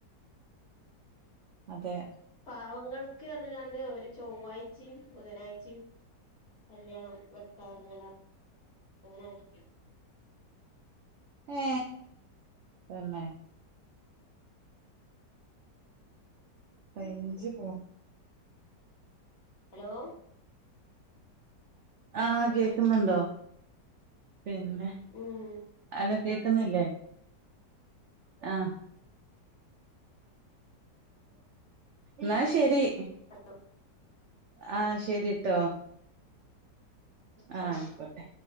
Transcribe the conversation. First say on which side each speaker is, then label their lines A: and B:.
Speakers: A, on the right; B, on the left.
A: അതെ
B: പാവങ്ങൾക്ക് പറഞ്ഞ്ങ്ങ കാണ്ട് ഒരു ചൊവ്വാഴ്ചിം ബുധനാഴ്ചിം. കല്യാണം വെക്കാറ് അങ്ങനെ ആകി
A: എ തന്നെ റഴഞ്ച് പോ
B: ഹലോ?
A: ആഹ കേക്കുന്നുണ്ടോ പിന്നെ
B: ഉം
A: അ കേക്ക്ന്നില്ലേ ആ ന്നാ ശെരി
B: <unintelligible>
A: ആ ശെരിട്ടോ ആ അയ്ക്കോട്ടെ